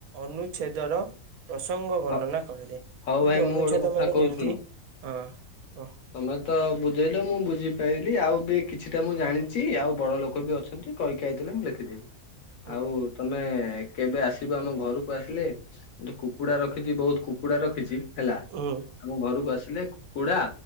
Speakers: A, on the right; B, on the left.
A: ଅନୁଚ୍ଛେଦର ପ୍ରସଙ୍ଗ ବର୍ଣ୍ଣନା
B: ହ
A: କରାଯାଏ କିନ୍ତୁ
B: ହଉ ଭାଇ ମୁଁ
A: ଅନୁଛେଦ
B: ଗୋଟେ କଥା
A: ମାନେ
B: କହୁଛି
A: ଯେମିତି
B: ଶୁଣ।
A: ହଁ କୁହ।
B: ତମେ ତ ବୁଝେଇଲ ମୁଁ ବୁଝିପାଇଲିି ଆଉ ବି କିଛିଟା ମୁଁ ଜାଣିଛି ଆଉ ବଡ ଲୋକ ବି ଅଛନ୍ତି। କହି କାଈ ଦେଲେ ମୁଁ ଲେଖିଦେବି।
A: <inaudible>
B: ଆଉ ତମେ କେବେ ଆସିବ ଆମ ଘରକୁ ଆସିଲେ ଗୋଟେ କୁକୁଡା ରଖିଛି ବହୁତ କୁକୁଡା ରଖିଛି। ହେଲା
A: ହୁଁ
B: ଆମ ଘରକୁ ଆସିଲେ କୁକୁଡ଼ା